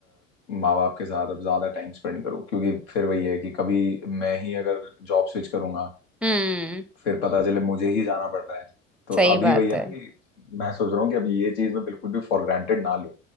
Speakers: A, on the left; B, in the centre.
A: माँ बाप के साथ अब ज्यादा टाइम स्पेंड करूँ क्योंकि फिर वही है कि कभी मैं ही अगर जॉब स्विच करूंगा
B: हम्म
A: फिर पता चले मुझे ही जाना पड़ रहा है तो
B: सही
A: अभी
B: बात
A: वही है
B: है
A: ना कि मैं सोच रहा हूँ कि अब ये चीज मैं बिल्कुल भी फॉर ग्रांटेड ना लूँ